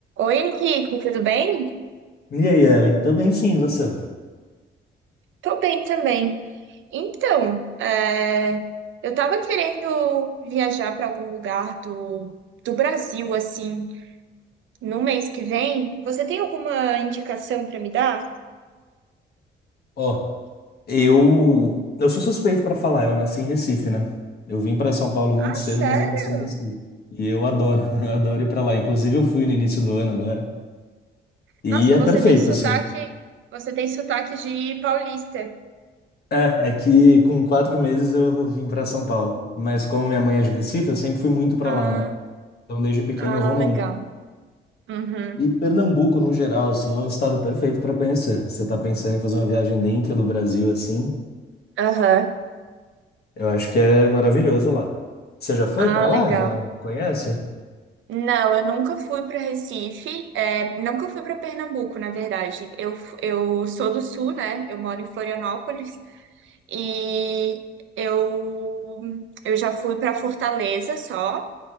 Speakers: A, on the right; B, on the left.
A: Oi, Henrique, tudo bem?
B: E aí, Ellen? Tô bem sim, e você?
A: Tô bem também. Então, é, eu tava querendo viajar para algum lugar do, do Brasil, assim, no mês que vem. Você tem alguma indicação para me dar?
B: Ó, eu eu sou suspeito pra falar, eu nasci em Recife, né? Eu vim pra São Paulo muito
A: Ah,
B: cedo,
A: sério?
B: mas eu nasci em Recife. E eu adoro, <laughs> eu adoro ir pra lá. Inclusive eu fui no início do ano agora. E
A: Nossa,
B: é
A: você
B: perfeito,
A: tem sotaque,
B: assim.
A: você tem sotaque de paulista.
B: É, é que com quatro meses eu vim pra São Paulo. Mas como minha mãe é de Recife, eu sempre fui muito pra
A: Ah,
B: lá, né? Então desde pequeno
A: ah,
B: eu vou muito.
A: legal. Uhum.
B: E Pernambuco, no geral, assim, é um estado perfeito pra conhecer. Você tá pensando em fazer uma viagem dentro do Brasil, assim?
A: Aham.
B: Eu acho que é maravilhoso lá. Você já foi
A: Ah,
B: para
A: legal.
B: lá? Já conhece?
A: Não, eu nunca fui para Recife, é, nunca fui para Pernambuco, na verdade. Eu, f- eu sou do Sul, né? Eu moro em Florianópolis e eu, eu já fui para Fortaleza só,